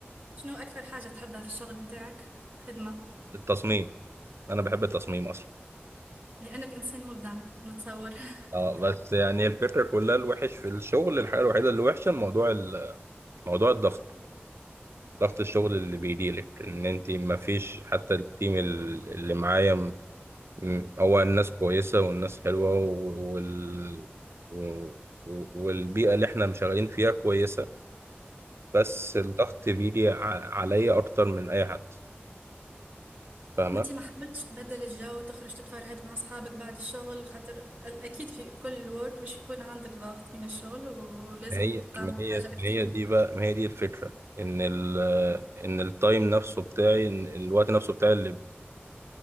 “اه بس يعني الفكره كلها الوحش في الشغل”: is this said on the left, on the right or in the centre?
Right